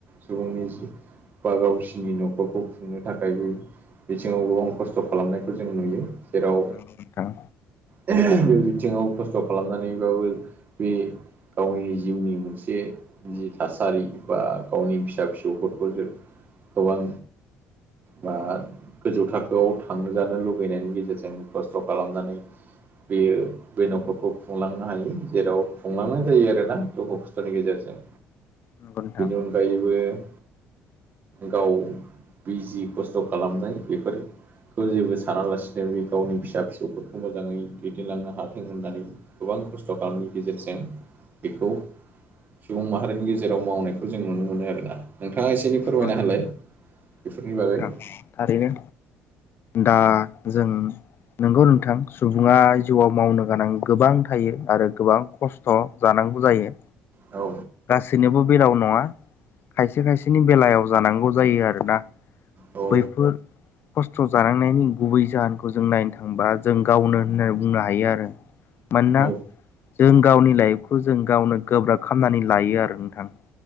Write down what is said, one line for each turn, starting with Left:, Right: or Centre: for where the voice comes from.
Right: सुबुंनि जिउ बा गावसिनि न'खरखौ खुंनो थाखाय बै बिथिङावबो खस्थ' खालामनायखौ जों नुयो। जेराव
Left: नंगौ नोंथां
Right: बे बिथिङाव खस्थ' खालामनानैबाबो बि गावनि जिउनि मोनसे जि थासारि बा गावनि फिसा फिसौफोरखौ जो गोबां बा गोजौ थाख खोआव थांजानो लुुगैनायनि गेजेरजों खस्थ' खालामनानै बेयो बै न'खरखौ खुंलांनो हायो जेराव खुंलांनाय जायो आरोना दुखु खस्थ'नि गेजेरजों।
Left: नंगौ नोंथां
Right: बिनि अन गायैबो गाव बिजि खस्थ' खालामनाय बेफोर खौ जेबो सानालासिनो बै गावनि फिसा फिसौफोरखौ मोजाङै दैदेनलांनो हाथों होननानै गोबां खस्थ' खामनि गेजेरजों बेखौ सुबुं माहारिनि गेजेराव मावनायखौ जों नुनो मोनो आरोना। नोंथाङा एसे एनै
Left: नंगौ
Right: फोरमायना होलाय बेफोरनि
Left: नोंथां
Right: बागै।
Left: थारैनो दा जों। नंगौ नोंथां सुबुङा जिउआव मावनो गोनां गोबां थायो आरो गोबां। खस्थ' जानांगौ जायो।
Right: औ।
Left: गासैनोबो बेलाव नङा खायसे खायसेनि बेलायाव जानांगौ जायो आरोना।
Right: औ
Left: बैफोर खस्थ' जानांनायनि गुबै जाहोनखौ जों नायनो थांबा जों गावनो होननानै बुंनो हायो आरो मानोना
Right: औ
Left: जों गावनि लाइफखौ जों गावनो गोब्राब खामनानै लायो आरो नोंथां।